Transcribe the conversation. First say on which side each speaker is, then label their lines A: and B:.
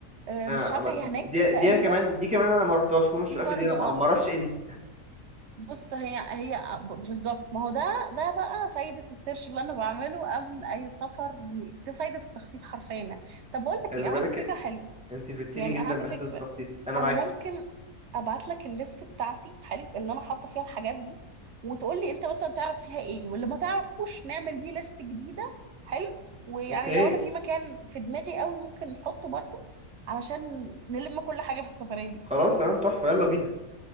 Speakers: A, on the right; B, in the centre.
A: آه،
B: آه،
A: مش عارفه
B: أما-
A: هي هناك
B: دي
A: تقريبا
B: دي انا كمان دي كمان انا ما رحتهاش كوم الشقافة
A: دي برضو
B: دي انا ما
A: آه،
B: ما اعرفش ايه دي
A: بص هي هي آه، ب- بالظبط ما هو ده ده بقى فايده السيرش اللي انا بعمله قبل اي سفر ودي فايده التخطيط حرفيا طب بقول لك
B: خلي
A: ايه انا
B: بالك
A: عندي فكره حلوه
B: انت فدتيني
A: يعني
B: جدا
A: انا عندي
B: بحته
A: فكره
B: التخطيط انا
A: انا
B: معاكي
A: ممكن ابعت لك الليست بتاعتي حلو اللي انا حاطه فيها الحاجات دي وتقول لي انت مثلا تعرف فيها ايه واللي ما تعرفوش نعمل بيه ليست جديده حلو ويعني
B: اوكي
A: لو انا في مكان في دماغي قوي ممكن نحطه برضو علشان نلم كل حاجه في السفريه دي
B: خلاص تمام تحفة يلا بينا